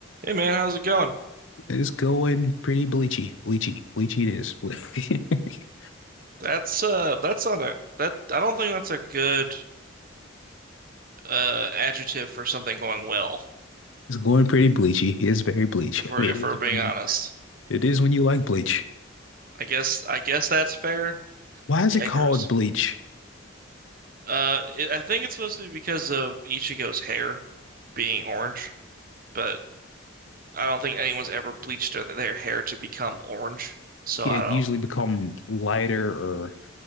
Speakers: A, on the right; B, on the left.
A: Hey man, how's it going?
B: It is going pretty bleachy. Bleachy. Bleachy it is. <laughs>
A: That's uh that's not a that I don't think that's a good uh adjective for something going well,
B: It's going pretty bleachy. It is very bleach.
A: if
B: I
A: we're
B: mean,
A: if
B: it
A: we're
B: is
A: being
B: when you,
A: honest.
B: it is when you like bleach.
A: I guess I guess that's fair.
B: Why is
A: Yikers.
B: it called bleach?
A: Uh it, I think it's supposed to be because of Ichigo's hair being orange, but I don't think anyone's ever bleached their, their hair to become orange. So
B: Yeah,
A: I
B: it
A: don't
B: usually become lighter or